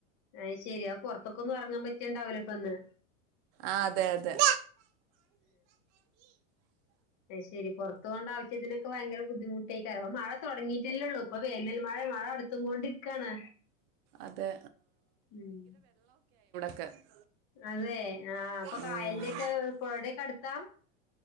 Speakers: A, on the left; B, on the right.
A: അ ശരി അപ്പ പുറത്തൊക്കൊ ഒന്ന് ഇറങ്ങാൻ പറ്റിയണ്ടാവലോ ഇപ്പൊന്ന്
B: ആ അതെ അതെ
A: പ്പ ശരി പുറത്തു കൊണ്ട ആവശ്യത്തിനൊക്കെ ഭയങ്കര ബുദ്ധിമുട്ടായിക്ക ക അ മഴ തുടങ്ങിയിട്ടല്ലേള്ളു ഇപ്പൊ വേനൽ മഴ മഴ അടുത്തും കൊണ്ടിരിക്കാണ്
B: അതെ
A: ഉം
B: ക്ക്
A: അതെ ആ അപ്പൊ
B: ഉം.
A: കായലിന്റെ ഒക്കെ പുഴയുടെക്കെ അടുത്ത